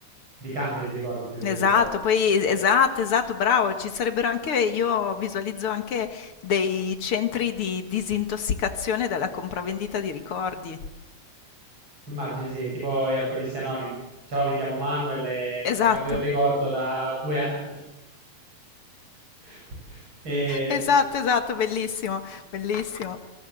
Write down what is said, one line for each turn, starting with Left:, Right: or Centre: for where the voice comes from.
Right: di cambio di ricordi più che
Left: Esatto,
Right: di ricordi.
Left: poi esatto, esatto, bravo, ci sarebbero anche, io visualizzo anche dei centri di disintossicazione dalla compravendita di ricordi.
Right: Ti immagini, sì, tipo gli alcolisti anonimi. Ciao, mi chiamo Manuel e
Left: Esatto,
Right: non mi cambio il ricordo da due anni. <laughs> E
Left: esatto, esatto, bellissimo, bellissimo.